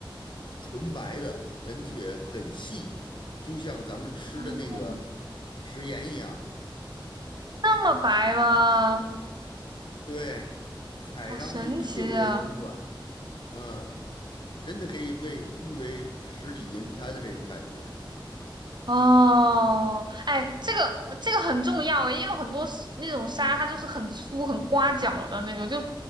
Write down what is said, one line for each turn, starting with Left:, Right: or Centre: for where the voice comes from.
Left: 纯白的，而且很细，就像咱们吃的那个
Right: 哦，
Left: 食盐一样。
Right: 那么白吗？
Left: 对，踩上去特别松软，
Right: 好神奇啊！
Left: 嗯，真的可以被誉为十里银滩的那种感觉。
Right: 哦，哎，这个这个很重要诶因为很多是那种沙它就是很粗、很刮脚的那种，就